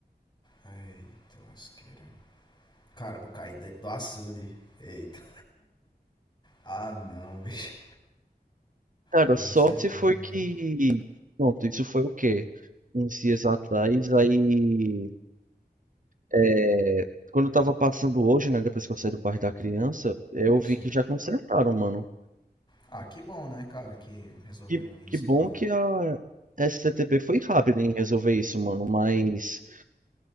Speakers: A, on the left; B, on the right.
A: Eita, lasqueira. Caramba, caí dentro do açude. Eita. Ah, não, bicho.
B: Cara,
A: Aí
B: sorte
A: ia ser fogo
B: foi
A: mesmo.
B: que, pronto, isso foi o quê? Uns dias atrás, aí, é, quando eu tava passando hoje, né, depois que eu saí do parque da criança, eu
A: Sim.
B: vi que já consertaram, mano.
A: Ah, que bom, né, cara, que resolveram
B: Que,
A: isso
B: que bom
A: e pá.
B: que a SCTP foi rápida em resolver isso, mano, mas